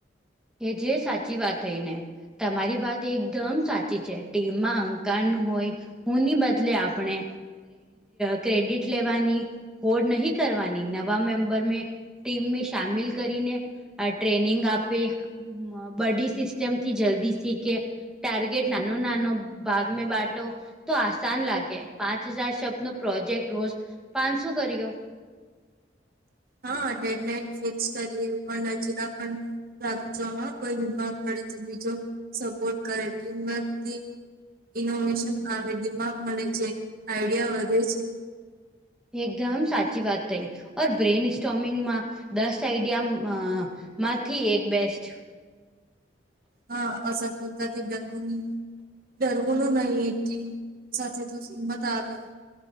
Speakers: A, in the centre; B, on the right (about 55°).
A: એ જે સાચી વાત થઈ ને તમારી વાત એકદમ સાચી છે ટીમમાં અહંકાર નું હોય. હુની બદલે આપણે ક્રેડિટ લેવાની હોર્ડ નહીં કરવાની નવા મેમ્બર મેં ટીમને સામેલ કરીને ટ્રેનિંગ આપે બડી સિસ્ટમથી જલ્દી સ કે ટારગેટ નનુ નાનો ભાગ્મે બાટો તો આસાન લાગે પાંચ હજાર શબ્દ નો પ્રોજેક્ટ રોજ પાંચસો કર્યો
B: હા ડેડલાઈન ફિક્સ કરીએ પણ નજીલા પણ રાખજો હા કોઈ બીમાર પડે તો બી જો સપોર્ટ કરેરથી ઇનોવેશન આવે દિમાગ મળે છે, આઈડિયા વધે છે.
A: એકદમ સાચી વાત થઈ, ઓર બ્રેઇન સ્ટોમિંગમાં દસ આઈડિયા માંથી એક બેસ્ટ
B: હા અ ફોલતા ત બેોની ડરવોલું નહીિ એ સાથે તો હિમત આવે